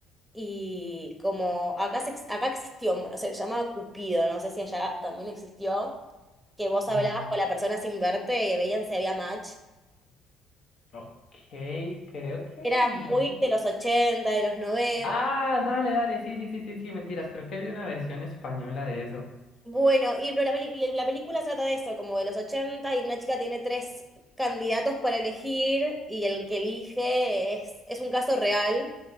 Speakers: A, in the centre; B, on the left.
A: y como acá, se ex- acá existió, bueno, se llamaba Cupido, no sé si allá también existió, que vos
B: mm,
A: hablabas con la persona sin verte y veían si había match.
B: ok, creo que
A: Era
B: no.
A: muy de los ochenta de los noventa
B: Ah, dale, dale, sí, sí, sí, sí, sí, mentiras, creo que vi una versión española de eso.
A: Bueno, y pero la, peli- y la película trata de eso, como de los 80 y una chica tiene tres candidatos para elegir, y el que elige es, es un caso real,